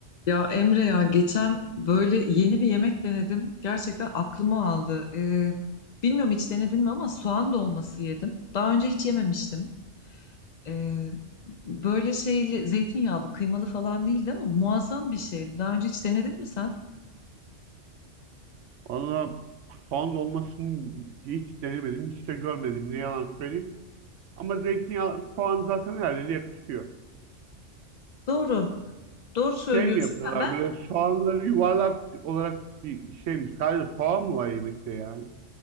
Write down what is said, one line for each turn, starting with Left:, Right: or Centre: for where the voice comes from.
Left: Ya Emre ya geçen böyle yeni bir yemek denedim. Gerçekten aklıma aldı. Ee, bilmiyorum hiç denedin mi ama soğan dolması yedim. Daha önce hiç yememiştim. Ee, böyle şeyli zeytinyağlı kıymalı falan değildi ama muazzam bir şeydi. Daha önce hiç denedin mi sen?
Right: Valla soğan dolmasını hiç denemedim, hiç de görmedim. Ne yalan söyleyeyim. Ama zeytinyağı, soğan zaten her yere yakışıyor.
Left: Doğru. Doğru söylüyorsun.
Right: Şey mi yapıyorlar
Left: Ya ben
Right: böyle soğanları yuvarlak olarak bir şey mi? Sadece soğan mı var yemekte yani?